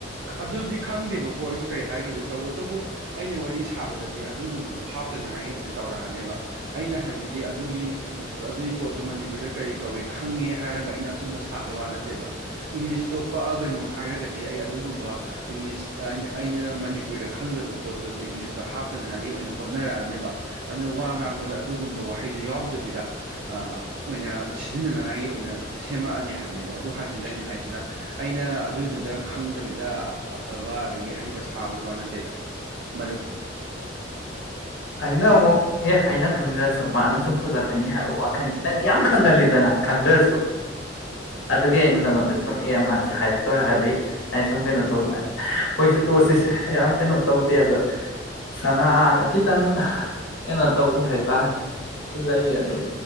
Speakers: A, on the right; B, on the left.
A: ꯑꯗꯨꯗꯤ ꯈꯪꯗꯦꯕꯀꯣ ꯑꯩꯁꯨ ꯀꯩ ꯍꯥꯏꯒꯦ ꯇꯧꯕꯇꯕꯨ ꯑꯩꯅ ꯋꯥꯔꯤ ꯁꯥꯕꯗꯗꯤ ꯑꯗꯨꯒꯨꯝꯕꯗꯣ ꯍꯥꯞꯇꯅꯉꯥꯏꯒꯤ ꯑꯣꯏꯅ ꯇꯧꯔꯛꯑꯅꯦꯕ ꯑꯩꯅ ꯍꯥꯏꯕꯗꯤ ꯑꯗꯨꯒꯤ ꯑꯗꯨꯏ ꯄꯣꯠꯇꯣ ꯃꯅꯤꯄꯨꯔꯗ ꯀꯔꯤ ꯀꯧꯏ ꯈꯪꯉꯦ ꯍꯥꯏꯔꯒ ꯑꯩꯅ ꯑꯆꯨꯝꯕ ꯁꯥꯕꯩ ꯋꯥ ꯅꯠꯇꯦꯕ ꯏꯪꯂꯤꯁꯇꯣ ꯄꯛꯑꯒꯅꯨ ꯍꯥꯏꯔꯒꯗꯤ ꯑꯩ ꯑꯗꯨꯒꯨꯝꯕ ꯏꯪꯂꯤꯁ ꯑꯩꯅ ꯑꯩꯅ ꯃꯅꯤꯄꯨꯔꯗ ꯈꯪꯗꯕ ꯄꯣꯠꯇꯨꯗꯤ ꯏꯪꯂꯤꯁꯇ ꯍꯥꯞꯇꯅꯉꯥꯏꯒꯤ ꯑꯣꯏꯅ ꯍꯣꯠꯅꯔꯛꯑꯅꯦꯕ ꯑꯗꯨꯅ ꯋꯥ ꯉꯥꯡꯕꯗ ꯑꯗꯨꯒꯨꯝꯕ ꯋꯥꯍꯩꯗꯨ ꯌꯥꯎꯗꯕꯤꯗ ꯑꯣꯏꯅ ꯁꯤꯖꯤꯟꯅꯅꯤꯡꯉꯥꯏꯒꯤ ꯑꯣꯏꯅ ꯁꯦꯝꯃꯛꯑꯅꯤ ꯍꯥꯏꯕꯅꯤꯗ ꯑꯗꯨ ꯍꯥꯏꯕꯗꯨꯗ ꯑꯩꯅ ꯍꯥꯏ ꯑꯗꯨꯅ ꯑꯩꯅ ꯑꯗꯨꯏꯗꯨꯗ ꯈꯪꯗꯕꯤꯗ ꯑꯐꯕ ꯑꯗꯒꯤ ꯑꯍꯩꯕ ꯁꯥꯕꯒꯤ ꯋꯥ ꯅꯠꯇꯦꯗ ꯃꯔꯨꯞ
B: ꯑꯩꯅ ꯑꯃꯨꯛ ꯑꯦ ꯑꯩꯅ ꯈꯪꯗ꯭ꯔꯁꯨ ꯃꯥꯅ ꯆꯨꯝꯊꯣꯂꯛꯀꯅꯤ ꯍꯥꯏꯕ ꯋꯥꯈꯟꯁꯤ ꯅꯪꯗꯤ ꯌꯥꯝ ꯈꯪꯍꯜꯂꯤꯗꯅ ꯈꯪꯗ꯭ꯔꯁꯨ ꯑꯗꯨꯒꯤ ꯑꯩꯅ ꯅꯪꯉꯣꯟꯗ ꯁꯨꯝ ꯑꯦ ꯃꯥꯁꯦ ꯍꯥꯏꯔꯛꯇꯣꯔꯦ ꯍꯥꯏꯕꯗꯤ ꯑꯩꯅ ꯁꯨꯝ ꯀꯩꯅꯣ ꯇꯧ ꯍꯣꯏꯁꯨ ꯇꯣꯠꯁꯤꯁꯦ ꯌꯥꯝ ꯀꯩꯅꯣ ꯇꯧꯗꯦ ꯑꯗ ꯁꯅꯥꯗ ꯈꯤꯇꯪ ꯀꯩꯅꯣ ꯇꯧꯔꯤ ꯍꯥꯏꯇꯥꯔꯦ ꯂꯩ ꯑꯗꯩ